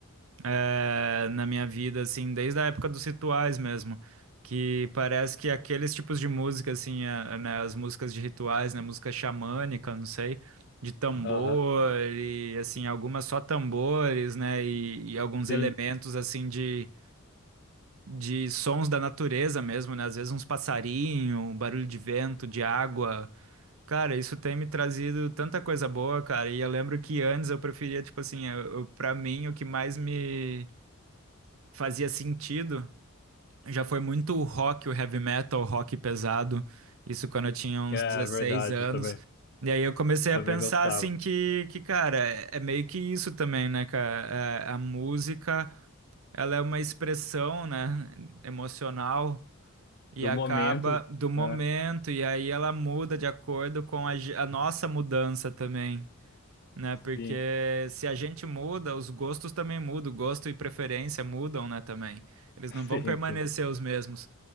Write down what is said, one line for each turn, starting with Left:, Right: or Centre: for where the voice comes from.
Right: eh, na minha vida, assim, desde a época dos rituais mesmo, que parece que aqueles tipos de música, assim, a- né, as músicas de rituais, né, música xamânica, não sei, de tambor
Left: Aham,
Right: e, assim, algumas só tambores, né, e, e alguns
Left: sim,
Right: elementos, assim, de, de sons da natureza mesmo, né, às vezes uns passarinho, um barulho de vento, de água... Cara, isso tem me trazido tanta coisa boa, cara. E eu lembro que antes eu preferia, tipo assim, eu, eu, pra mim, o que mais me, fazia sentido. Já foi muito o rock, o heavy metal, o rock pesado. Isso quando eu tinha uns
Left: é
Right: 16
Left: verdade,
Right: anos.
Left: eu também,
Right: E aí eu comecei
Left: também
Right: a pensar
Left: gostava.
Right: assim que, que cara, é é meio que isso também, né, cara? É, a música, ela é uma expressão, né, emocional e
Left: Do
Right: acaba
Left: momento,
Right: do momento
Left: né?
Right: e aí ela muda de acordo com a, ge- a nossa mudança também né? Porque
Left: Sim,
Right: se a gente muda, os gostos também mudam, gosto e preferência mudam, né, também. Eles
Left: <laughs>
Right: não vão
Left: sim,
Right: permanecer
Left: sim.
Right: os mesmos.